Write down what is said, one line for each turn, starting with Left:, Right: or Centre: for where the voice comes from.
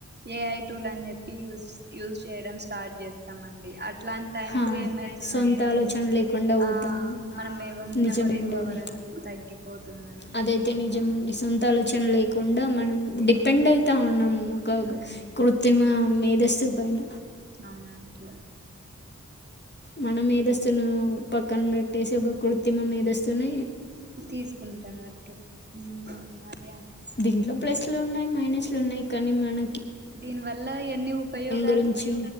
Right: ఏ ఐ టూల్ అని చెప్పి యూజ యూజ్ చేయడం స్టార్ట్ చేస్తామండి అట్లాంటైం
Left: హా
Right: లో ఏమై తుందంటే
Left: సొంత ఆలోచన లేకుండా పోతుంది
Right: ఆ మన మేదో
Left: నిజమండి
Right: మెమోరీ పవర్
Left: అది
Right: అనేది తగ్గిపోతుందండి
Left: అదైతే నిజమండి సొంత ఆలోచన లేకుండా మనం డిపెండయితా ఉన్నాం ము క గ
Right: ఉమ్
Left: కృత్తిమ మేధస్తు పైన
Right: అవునండి
Left: మన మేధస్తునూ పక్కన పెట్టేసి ఒక కృత్తిమ మేధస్తునీ
Right: తీసుకుంటున్నట్టు మ్ అదే అనిపిస్తుందిండి
Left: దీంట్లో ప్లస్లు
Right: నాక్ గూడా
Left: ఉన్నాయి మైనస్లు ఉన్నాయి కానీ మన
Right: దీని వల్ల ఎన్ని ఉపయోగాలు
Left: గురించి